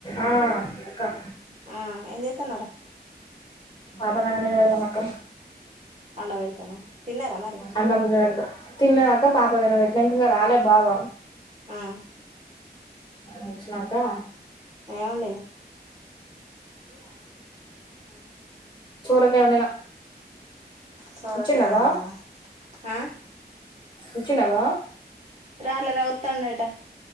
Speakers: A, on the left; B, on the right.
A: ఆ అక్క
B: ఆ ఏం చె వత్తనార
A: ఆపగానే ఏత మక్క
B: పండబెడుతున్నావా తిన్నారా మరి
A: అన్నం తిని పెడతా తిన్నదాకా పాపతిన పెట్టిన ఇంకా రాలే బాబ
B: ఆ
A: వచ్చినాకా
B: ఏం వండినవ్ ఊ
A: చూడక ఉండనా
B: సోరకాయ
A: వచ్చున్నావా
B: వండినమా ఆ
A: వచ్చినవా
B: రాలే రా వత్తాండట